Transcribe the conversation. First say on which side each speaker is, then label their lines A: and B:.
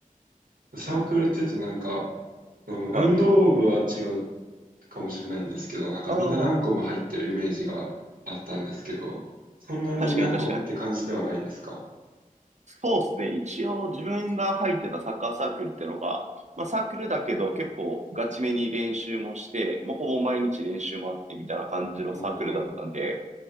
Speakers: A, on the right; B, on the right.
A: サークルって言うとなんか、あの運動部は違う
B: はい。
A: かもしれないんですけど、なんかみんな何個も入ってるイメージがあったんですけど、
B: ああ、
A: そんなに何個もって感じではないですか
B: 確かに確かに。そうですね。一応自分が入ってたサッカーサークルってのが、まあサークルだけど結構ガチめに練習もして、もうほぼ毎日練習もあってみたいな感じのサークルだったんで、
A: おお、な